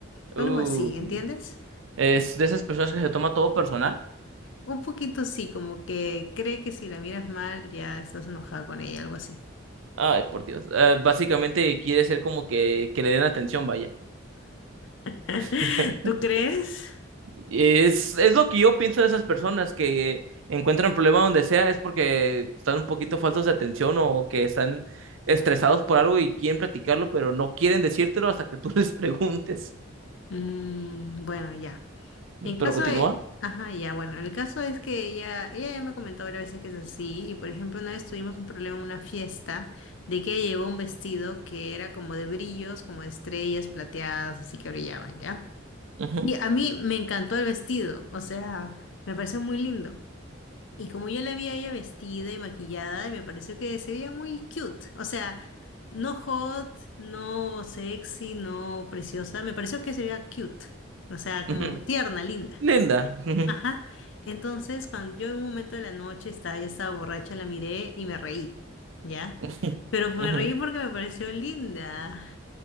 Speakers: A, on the left; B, on the right.
A: Algo
B: Uy.
A: así, ¿entiendes?
B: Es de esas personas que se toma todo personal.
A: Un poquito sí, como que cree que si la miras mal ya estás enojada con ella, algo así.
B: Ay, por Dios. Ah, básicamente quiere ser como que, que le den atención, vaya.
A: <laughs>
B: <laughs>
A: ¿Tú crees?
B: Es, es lo que yo pienso de esas personas que encuentran problema donde sea, es porque están un poquito faltos de atención o que están estresados por algo y quieren platicarlo, pero no quieren decírtelo hasta que tú <laughs> les preguntes.
A: Mm, bueno, ya. En caso
B: Pero continúa.
A: de... Ajá, ya, bueno, el caso es que ella, ella ya me comentó varias veces que es así, y por ejemplo, una vez tuvimos un problema en una fiesta de que ella llevó un vestido que era como de brillos, como de estrellas plateadas, así que brillaban, ¿ya?
B: Ujú,
A: Y a mí me encantó el vestido, o sea, me pareció muy lindo. Y como yo la vi a ella vestida y maquillada, me pareció que se veía muy cute. O sea, no hot, no sexy, no preciosa. Me pareció que se veía cute. O sea, como
B: ujú.
A: tierna, linda.
B: Linda. Ujú,
A: Ajá. Entonces, cuando yo en un momento de la noche estaba, ya estaba borracha, la miré y me reí. ¿Ya?
B: <laughs>
A: Pero me
B: ujú, ujú.
A: reí porque me pareció linda.